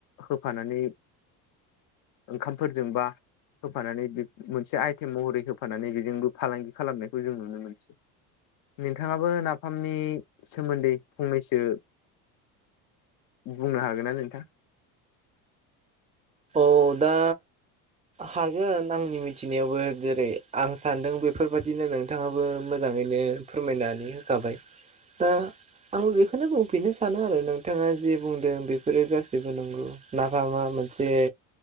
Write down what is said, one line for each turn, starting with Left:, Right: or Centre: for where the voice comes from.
Left: होफानानै ओंखामफोरजोंबा होफानानै बे मोनसे आइटेम महरै होफानानै बेजोंबो फालांगि खालामनायखौ जों नुनो मोनसै। नोंथाङाबो नाफामनि सोमोन्दै फंनैसो बुंनो हागोन ना नोंथां।
Right: औ दा हागोन आंनि मिथिनायावबो जेरै आं सानदों बेफोरबायदिनो नों ङाबो मोजाङैनो फोरमायनानै होखाबाय दा आंबो बेखौनो बुंफिननो सानो आरो नोंथाङा जे बुंदों बेफोरो गासैबो नंगौ। नाफामा मोनसे